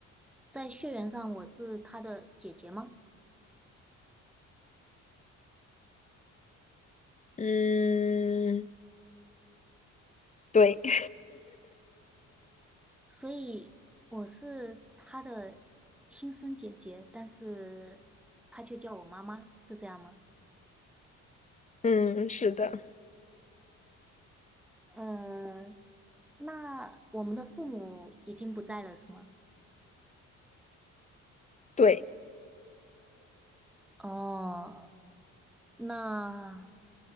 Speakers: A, in the centre; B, on the left.
A: 在血缘上我是她的姐姐吗？
B: 嗯，对，<laughs>
A: 所以我是她的亲生姐姐，但是她却叫我妈妈，是这样吗？
B: 嗯，是的，
A: 嗯，那我们的父母已经不在了，是吗？
B: 对，
A: 哦，那